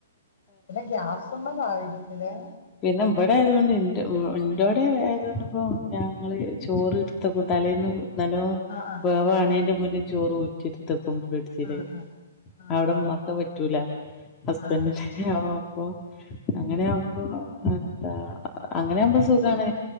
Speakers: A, on the left (about 55°); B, on the left (about 20°).
A: പിന്നെ ഗ്യാസമ്മലാ വിരിക്കിതെ
B: പിന്നെ ഇവിടെ ആയതുകൊണ്ട് ഇന്റെ ഓഹ് ഇന്റോടെ ആയതുകൊണ്ട് ഇപ്പൊ ഞങ്ങള് ചോറ് ഇടത്ത് വെക്കും തലേന്ന് നല്ലോ
A: ആ ആ
B: വേവാണെന്റെ മുന്നെ ചോറ് ഊറ്റിയെടുത്ത് ക്കും ഫ്രിഡ്ജ്ല്
A: ആ ആ ആ അതെ
B: അവിടെ ഉമ്മാക്ക് അഹ് പറ്റൂല ഹസ്ബൻന്റിന്റെ
A: ആ
B: ഓ അപ്പൊ അങ്ങനെയാവുമ്പോ എന്താ അങ്ങനെ ആവുമ്പോ സുഖാണ്